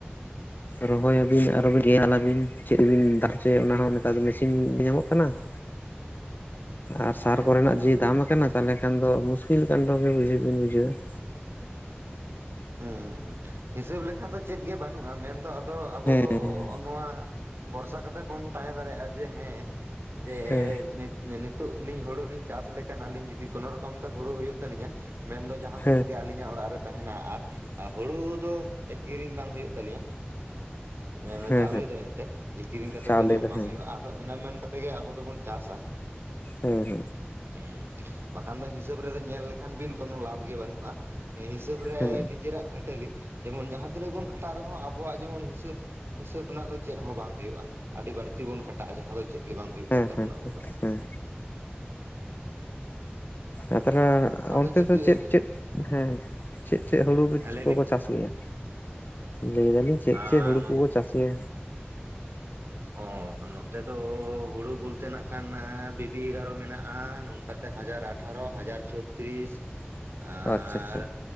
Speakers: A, on the left (about 55°); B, on the right (about 85°).
A: ᱨᱚᱦᱚᱭ ᱟᱹᱵᱤᱱ ᱟᱨᱚ ᱵᱤᱱ <unintelligible> ᱟᱹᱵᱤᱱ ᱾ ᱪᱮᱫ ᱨᱮᱵᱤᱱ ᱫᱟᱞ ᱦᱚᱪᱚᱭᱟ ᱚᱱᱟ ᱦᱚ ᱱᱮᱛᱟᱨ ᱫᱚ ᱢᱮᱥᱤᱱ ᱧᱟᱢᱚᱜ ᱠᱟᱱᱟ ᱾ ᱟᱨ ᱥᱟᱨ
B: ᱦᱮᱸ
A: ᱠᱚ ᱨᱮᱱᱟᱜ
B: ᱱᱮᱛᱟᱨ
A: ᱡᱮ
B: ᱫᱚ
A: ᱫᱟᱢ
B: ᱢᱮᱥᱤᱱ
A: ᱟᱠᱟᱱᱟ,
B: ᱜᱮ
A: ᱛᱟᱦᱞᱮ ᱠᱷᱟᱱ ᱫᱚ ᱢᱩᱥᱠᱤᱞ ᱠᱟᱱᱰᱚ ᱜᱮ ᱵᱩᱡ ᱵᱤᱱ ᱵᱩᱡᱷᱟᱹᱣᱟ ᱾
B: ᱦᱩᱸ ᱦᱩᱸ ᱦᱩᱸ ᱦᱤᱥᱟᱹᱵ ᱞᱮᱠᱷᱟᱱ ᱫᱚ ᱪᱮᱫ ᱜᱮ ᱵᱟᱹᱱᱩᱜᱼᱟ ᱢᱮᱱᱫᱚ ᱟᱫᱚ ᱟᱵᱚ
A: ᱦᱮᱸ
B: ᱫᱚ ᱱᱚᱜᱚ ᱱᱚᱣᱟ ᱵᱷᱚᱨᱥᱟ ᱠᱟᱛᱮᱜ ᱵᱚᱱ ᱛᱟᱦᱮᱸ ᱫᱟᱲᱮᱭᱟᱜᱼᱟ ᱡᱮ ᱦᱮᱸ ᱡᱮ
A: ᱦᱮᱸ
B: ᱱᱤᱛᱚᱜ ᱞᱤᱧ ᱦᱩᱲᱩ ᱞᱤᱧ ᱪᱟᱥ ᱞᱮᱠᱷᱟᱱ ᱟᱞᱤᱧ ᱡᱩᱫᱤ ᱠᱳᱱᱳ ᱨᱚᱠᱚᱢ ᱛᱮ ᱦᱩᱲᱩᱳ ᱦᱩᱭᱩᱜ ᱛᱟᱞᱞᱤᱧᱟ, ᱢᱮᱱᱫᱚ ᱡᱟᱦᱟᱸ
A: ᱦᱮᱸ
B: ᱛᱤᱱᱟᱹᱜ ᱜᱮ ᱟᱹᱞᱤᱧᱟᱜ ᱚᱲᱟᱜ ᱨᱮ ᱛᱟᱦᱮᱱᱟ ᱟᱨ ᱟᱨ ᱦᱩᱲᱩ ᱫᱚ ᱠᱤᱨᱤᱧ ᱵᱟᱝ ᱦᱩᱭᱩᱜ ᱛᱟᱞᱮᱭᱟ᱾ ᱚᱱᱮ
A: ᱦᱮᱸ
B: ᱪᱟᱣᱞᱮ ᱫᱚ ᱮᱱᱛᱮᱜ ᱠᱤᱨᱤᱧ ᱠᱟᱛᱮᱜ
A: ᱪᱟᱣᱞᱮ
B: ᱫᱚ ᱡᱚᱢ ᱵᱟᱝ
A: ᱦᱮᱸ
B: ᱦᱩᱭᱩᱜᱼᱟ᱾ ᱟᱫᱚ ᱤᱱᱟᱹ ᱢᱮᱱ ᱠᱟᱛᱮᱫ ᱜᱮ ᱟᱵᱚ ᱫᱚᱵᱚᱱ ᱪᱟᱥᱟ᱾
A: ᱦᱮᱸ
B: ᱦᱮᱸ ᱵᱟᱠᱷᱟᱱ ᱫᱚ ᱦᱤᱥᱟᱹᱵ ᱨᱮᱫᱚ ᱧᱮᱞ ᱞᱮᱠᱷᱟᱱ ᱵᱤᱱ ᱠᱳᱱᱳ ᱞᱟᱵᱷ ᱜᱮ ᱵᱟᱹᱱᱩᱜᱼᱟ᱾ ᱦᱤᱥᱟᱹᱵ ᱨᱮ
A: ᱦᱮᱸ
B: ᱱᱤᱡᱮᱨᱟᱜ ᱠᱷᱟᱹᱴᱟᱹᱞᱤ ᱡᱮᱢᱚᱱ ᱡᱟᱦᱟᱸ ᱛᱤᱱᱟᱹᱜ ᱵᱚᱱ ᱠᱷᱟᱴᱟᱜ ᱨᱮᱦᱚᱸ ᱟᱵᱚᱣᱟᱜ ᱡᱮᱢᱚᱱ ᱦᱤᱥᱟᱹᱵ ᱦᱤᱥᱟᱹᱵ ᱨᱮᱱᱟᱜ ᱫᱚ ᱪᱮᱫ ᱦᱚᱸ ᱵᱟᱝ ᱦᱩᱭᱩᱜᱼᱟ, ᱟᱹᱰᱤ ᱵᱟᱹᱲ ᱛᱤ ᱵᱚᱱ ᱠᱷᱟᱴᱟᱜᱼᱟ, ᱡᱟᱦᱟᱸ ᱫᱚ ᱪᱮᱫ ᱜᱮ ᱵᱟᱝ ᱦᱩᱭᱩᱜ
A: ᱦᱮᱸ ᱦᱮᱸ
B: ᱠᱟᱱ ᱛᱟᱵᱚᱱᱟ
A: ᱦᱮᱸ
B: ᱟᱵᱚ ᱫᱚ,
A: ᱦᱮᱸ ᱟᱨ ᱛᱟᱦᱞᱮ
B: ᱟᱫᱚ
A: ᱚᱱᱛᱮ
B: ᱪᱤᱠᱟᱹ
A: ᱫᱚ ᱪᱮᱫ ᱪᱮᱫ ᱦᱮᱸ ᱪᱮᱫ ᱪᱮᱫ ᱦᱳᱲᱩ
B: ᱦᱮᱸ ᱞᱟᱹᱭ
A: ᱠᱚᱠᱚ
B: ᱵᱤᱱ
A: ᱪᱟᱥ ᱜᱮᱭᱟ? ᱞᱟᱹᱭ ᱫᱟᱞᱤᱧ ᱪᱮᱫ
B: ᱟᱻ
A: ᱪᱮᱫ ᱦᱩᱲᱩ
B: ᱱᱚᱛ
A: ᱠᱚᱠᱚ ᱪᱟᱥ ᱜᱮᱭᱟ
B: ᱚ ᱱᱚᱛᱮ ᱫᱚ ᱦᱩᱲᱩ ᱵᱚᱞᱛᱮ ᱱᱟᱜ ᱠᱷᱟᱱ ᱵᱤᱵᱤ ᱮᱜᱟᱨᱚ ᱢᱮᱱᱟᱜᱼᱟ ᱱᱚᱝ ᱠᱟᱛᱮ ᱦᱟᱡᱟᱨ ᱟᱴᱷᱟᱨᱚ, ᱦᱟᱡᱟᱨ ᱪᱷᱚᱛᱨᱤᱥ, ᱾ ᱟᱨ
A: ᱟᱪᱪᱷᱟ ᱟᱪᱪᱷᱟ